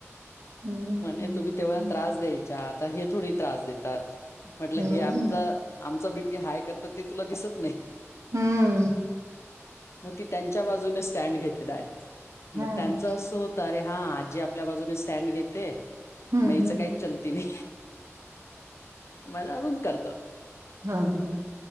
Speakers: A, on the right; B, on the left.
A: हम्म
B: म्हणे तुम्ही तेव्हा
A: हम्म
B: त्रास द्यायच्या आता हे थोडी त्रास देतात. म्हटलं
A: हम्म
B: हे आमचा आमचा बी पी हाय करता ते तुला दिसत नाही
A: हम्म.
B: मग ती त्यांच्या बाजून स्टँड घेते डायरेक
A: हम्म
B: म त्यांच अस होत अरे हा आजी आपल्या बाजूने स्टँड घेते
A: हम्म
B: म ईच काहीच चलती नी. मजा अजून करतात.
A: हा हा.